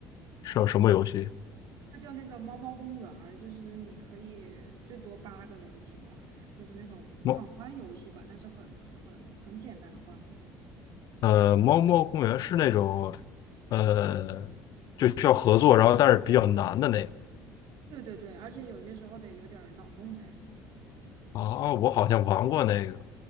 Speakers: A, on the left; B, on the right.
A: 是有什么游戏？
B: 它叫那个猫猫公园儿，就是你可以最多八个人一起玩儿，就是那种闯关游戏吧，
A: 猫
B: 但是很很很简单的画风。
A: 呃，猫猫公园是那种呃，就需要合作，然后但是比较难的那个。
B: 对对对，而且有些时候得有点儿脑洞才行，
A: 哦，我好像玩过那个，